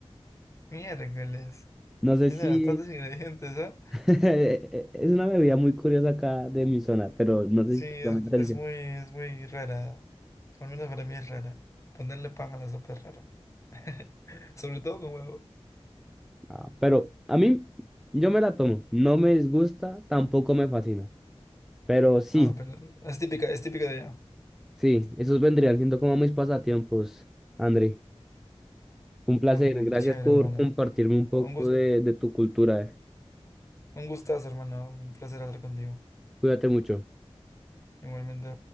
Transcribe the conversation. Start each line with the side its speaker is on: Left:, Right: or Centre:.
Left: Miércoles.
Centre: No sé
Left: Tiene
Centre: si...
Left: bastantes ingredientes, ah
Centre: <laughs> Es una bebida muy curiosa acá de mi zona, pero no sé
Left: Sí,
Centre: si
Left: es,
Centre: te llama la atención.
Left: es muy, es muy rara. Al menos para mí es rara. Ponerle pan a la sopa es raro. <laughs> Sobre todo con huevo.
Centre: Ah, pero a mí, yo me la tomo. No me disgusta, tampoco me fascina. Pero sí,
Left: Ah, pero es típica, es típica de allá.
Centre: sí, esos vendrían siendo como mis pasatiempos, André. Un placer.
Left: Ah, mira,
Centre: Gracias
Left: qué chévere,
Centre: por
Left: hermano.
Centre: <laughs> compartirme un poco
Left: Un gust,
Centre: de, de tu cultura. eh.
Left: un gustazo, hermano. Un placer hablar contigo.
Centre: Cuídate mucho.
Left: Igualmente.